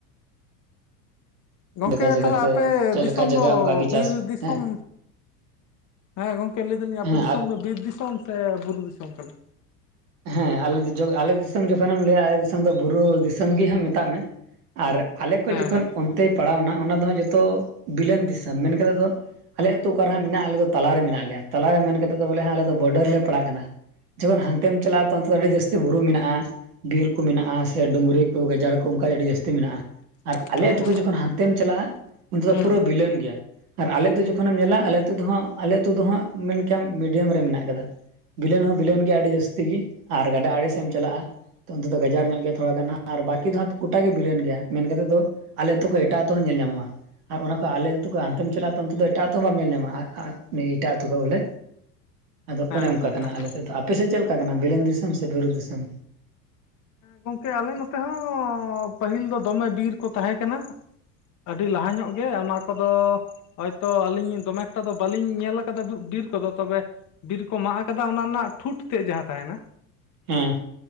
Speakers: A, on the left (about 40°); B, on the right (about 70°).
A: ᱜᱚᱢᱠᱮ
B: ᱡᱟᱭᱜᱟ ᱡᱟᱭᱜᱟᱛᱮ
A: ᱛᱟᱦᱚᱞᱮ ᱟᱯᱮ
B: ᱪᱮᱫ
A: ᱫᱤᱥᱚᱢ
B: ᱞᱮᱠᱟ ᱡᱟᱭᱜᱟ
A: ᱫᱚ
B: ᱚᱱᱠᱟᱜᱮ
A: ᱵᱤᱨ
B: ᱪᱟᱥ
A: ᱫᱤᱥᱚᱢ
B: ᱦᱮᱸ
A: ᱦᱮᱸ ᱜᱚᱝᱠᱮ ᱞᱟᱹᱭ ᱫᱟᱞᱤᱧ ᱟᱯᱮ
B: ᱦᱮᱸ
A: ᱫᱤᱥᱚᱢ ᱫᱚ ᱵᱤᱨ ᱫᱤᱥᱚᱢ ᱥᱮ ᱵᱩᱨᱩ ᱫᱤᱥᱚᱢ ᱠᱟᱱᱟ
B: ᱦᱮᱸ ᱟᱞᱮ ᱟᱞᱮ ᱫᱤᱥᱚᱢ ᱡᱚᱠᱷᱚᱱᱮᱢ ᱞᱟᱹᱭᱟ ᱟᱞᱮ ᱫᱤᱥᱚᱢ ᱫᱚ ᱵᱩᱨᱩ ᱫᱤᱥᱚᱢ ᱜᱮ ᱦᱟᱸᱜ ᱢᱮᱛᱟᱜ ᱢᱮ ᱟᱨ ᱟᱞᱮ ᱠᱷᱚᱡ
A: ᱦᱮᱸ
B: ᱡᱚᱠᱷᱚᱱ
A: ᱦᱮᱸ
B: ᱚᱱᱛᱮ ᱯᱟᱲᱟᱣᱱᱟ ᱚᱱᱟ ᱫᱚ ᱡᱚᱛᱚ ᱵᱤᱞᱟᱹᱱ ᱫᱤᱥᱚᱢ ᱢᱮᱱ ᱠᱟᱛᱷᱟ ᱫᱚ ᱟᱞᱮ ᱟᱹᱛᱩ ᱚᱠᱟᱨᱮ ᱦᱟᱸᱜ ᱢᱮᱱᱟᱜᱼᱟ ᱟᱞᱮ ᱫᱚ ᱛᱟᱞᱟᱨᱮ ᱢᱮᱱᱟᱜ ᱞᱮᱭᱟ ᱛᱟᱞᱟᱨᱮ ᱢᱮᱱ ᱠᱟᱛᱮ ᱫᱚ ᱵᱚᱞᱮ ᱟᱞᱮ ᱫᱚ ᱵᱚᱰᱟᱨ ᱨᱮᱞᱮ ᱯᱟᱲᱟᱜ ᱠᱟᱱᱟ ᱡᱚᱠᱷᱚᱱ ᱦᱟᱱᱛᱮᱢ ᱪᱟᱞᱟᱜᱼᱟ ᱛᱚ ᱚᱱᱛᱮ ᱫᱚ ᱟᱹᱰᱤ ᱡᱟᱹᱥᱛᱤ ᱵᱩᱨᱩ ᱢᱮᱱᱟᱜᱼᱟ ᱵᱤᱨ ᱠᱚ ᱢᱮᱱᱟᱜᱼᱟ ᱥᱮ ᱰᱩᱝᱨᱤ ᱠᱚ ᱜᱟᱡᱟᱲ ᱠᱚ ᱚᱱᱠᱟ ᱜᱮ ᱟᱹᱰᱤ ᱡᱟᱹᱥᱛᱤ ᱢᱮᱱᱟᱜᱼᱟ ᱟᱨ
A: ᱦᱮᱸ
B: ᱟᱞᱮ ᱟᱹᱛᱩ ᱠᱷᱚᱱ ᱡᱚᱠᱷᱚᱱ ᱦᱟᱱᱛᱮᱢ ᱪᱟᱞᱟᱜᱼᱟ ᱩᱱᱛᱮ ᱫᱚ
A: ᱦᱮᱸ
B: ᱯᱩᱨᱟᱹ ᱵᱤᱞᱟᱹᱱ ᱜᱮᱭᱟ ᱟᱨ ᱟᱞᱮ ᱟᱹᱛᱩ ᱡᱚᱠᱷᱚᱱᱮᱢ ᱧᱮᱞᱟ ᱟᱞᱮ ᱟᱞᱮ ᱟᱹᱛᱩ ᱫᱚᱦᱟᱸᱜ ᱢᱮᱱ ᱠᱮᱭᱟᱢ ᱢᱤᱰᱤᱭᱟᱢ ᱨᱮ ᱢᱮᱱᱟᱜ ᱟᱠᱟᱫᱟ ᱵᱤᱞᱟᱹᱱ ᱦᱚᱸ ᱵᱤᱞᱚᱱ ᱜᱮᱭᱟ ᱟᱹᱰᱤ ᱡᱟᱹᱥᱛᱤ ᱜᱮ ᱟᱨ ᱜᱟᱰᱟ ᱟᱲᱮᱥᱮᱫ ᱮᱢ ᱪᱟᱞᱟᱜᱼᱟ ᱛᱚ ᱚᱱᱛᱮ ᱫᱚ ᱜᱟᱡᱟᱲ ᱧᱚᱜ ᱜᱮᱭᱟ ᱛᱷᱚᱲᱟ ᱜᱟᱱ ᱦᱟᱸᱜ ᱟᱨ ᱵᱟᱠᱤ ᱫᱚ ᱦᱟᱸᱜ ᱜᱚᱴᱟ ᱜᱮ ᱵᱤᱞᱚᱱ ᱜᱮᱭᱟ ᱢᱮᱱᱛᱮᱫ ᱫᱚ ᱟᱞᱮ ᱟᱹᱛᱩ ᱠᱷᱚᱱ ᱮᱴᱟᱜ ᱟᱹᱛᱩ ᱦᱚᱸ ᱧᱮᱞ ᱧᱟᱢᱚᱜᱼᱟ ᱟᱨ ᱚᱱᱟ ᱠᱷᱚᱡ ᱟᱞᱮ ᱟᱹᱛᱩ ᱠᱷᱚᱡ ᱦᱟᱱᱛᱮᱢ ᱪᱟᱞᱟᱜᱼᱟ ᱚᱱᱛᱮ ᱫᱚ ᱮᱴᱟᱜ ᱟᱹᱛᱳ ᱦᱚᱸ ᱵᱟᱢ ᱧᱮᱞ ᱧᱟᱢᱟ ᱮᱴᱟᱜ ᱟᱹᱛᱳ ᱠᱷᱚᱡ ᱵᱚᱞᱮ
A: <inaudible>
B: ᱟᱫᱚ ᱚᱱᱮ ᱚᱱᱠᱟ
A: ᱦᱮᱸ
B: ᱠᱟᱱᱟ
A: ᱦᱮᱸ
B: ᱟᱞᱮ ᱥᱮᱫ ᱫᱚ ᱟᱯᱮᱥᱮᱫ ᱪᱮᱫ ᱞᱮᱠᱟ ᱠᱟᱱᱟ ᱵᱮᱞᱮᱱ ᱫᱤᱥᱚᱢ ᱥᱮ ᱵᱩᱨᱩ ᱫᱤᱥᱚᱢ
A: ᱜᱚᱝᱠᱮ ᱟᱞᱮ ᱱᱚᱛᱮ ᱦᱚᱸ ᱯᱟᱹᱦᱤᱞ ᱫᱚ ᱫᱚᱢᱮ ᱵᱤᱨ ᱠᱚ ᱛᱟᱦᱮᱸ ᱠᱟᱱᱟ ᱟᱹᱰᱤ ᱞᱟᱦᱟ ᱧᱚᱜ ᱜᱮ ᱚᱱᱟ ᱠᱚᱫᱚ ᱦᱳᱭ ᱛᱚ ᱟᱹᱞᱤᱧ ᱫᱚᱢᱮ ᱮᱠᱴᱟ ᱫᱚ ᱵᱟᱹᱞᱤᱧ ᱧᱮᱞ ᱠᱟᱫᱟ ᱵᱤᱨ ᱠᱚᱫᱚ ᱛᱚᱵᱮ ᱵᱤᱨ ᱠᱚ ᱢᱟᱜ ᱟᱠᱟᱫᱟ ᱚᱱᱟ ᱨᱮᱱᱟᱜ ᱴᱷᱩᱸᱴ ᱛᱮᱫ ᱡᱟᱦᱟᱸ ᱛᱟᱦᱮᱱᱟ
B: ᱦᱩᱸ